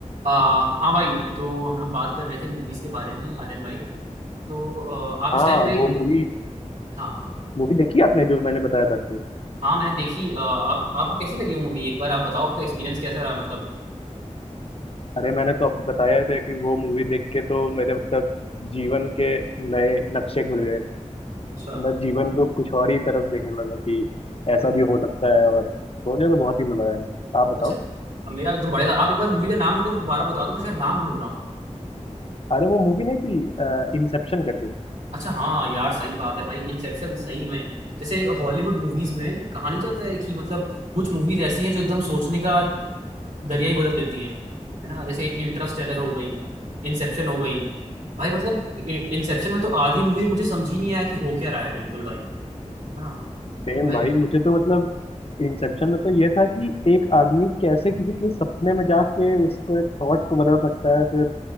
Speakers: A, on the right (about 85°); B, on the left (about 50°).
A: आ, हाँ भाई तो हम लोग बात कर रहे थे मूवीज के बारे में आर्यन भाई तो आ, आप
B: हाँ
A: इस टाइम पे
B: वो movie
A: हाँ
B: movie देखी आपने जो मैंने बताया था आपको
A: हाँ मैंने देखी आ, आप आपको कैसी लगी वो मूवी एक बार आप बताओ आपका एक्सपीरियंस कैसा रहा मतलब
B: अरे मैंने तो आपको बताया था कि वो मूवी देख के तो मेरे मतलब जीवन के नए नक्शे खुल गए
A: अच्छा
B: मैं जीवन को कुछ और ही तरफ देखने लगा कि ऐसा भी हो सकता है और सोने तो बहुत ही मजा आया आप बताओ
A: अच्छा मेरा एकदम बढ़िया था आप एक बार मूवी का नाम मेरे को दोबारा बताओ तो मैं शायद नाम भूल रहा हूँ
B: अरे वो मूवी नहीं थी इंसेप्शन करके
A: अच्छा हाँ यार सही बात है भाई इंसेप्शन सही में जैसे हॉलीवुड मूवीज में कहा नहीं जाता है कि मतलब कुछ मूवीज ऐसी हैं जो एकदम सोचने का दरिया ही बदल देती हैं है ना जैसे इंटरस्टेलर हो गई इंसेप्शन हो गई भाई मतलब इंसेप्शन में तो आधी मूवी मुझे समझ ही नहीं आया कि हो क्या रहा है बिल्कुल भाई हाँ कि
B: सेम
A: भाई
B: भाई मुझे तो मतलब इंसेप्शन में तो ये था कि एक आदमी कैसे किसी के सपने में जाके उसको थॉट्स को बदल सकता है फिर